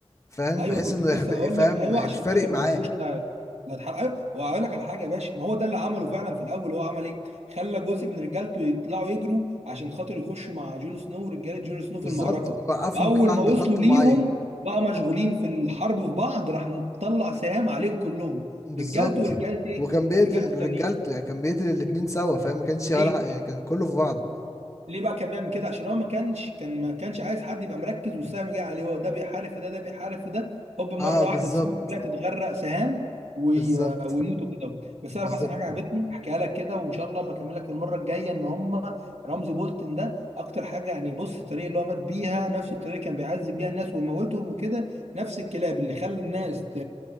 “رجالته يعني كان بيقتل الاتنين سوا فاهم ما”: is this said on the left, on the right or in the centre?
Left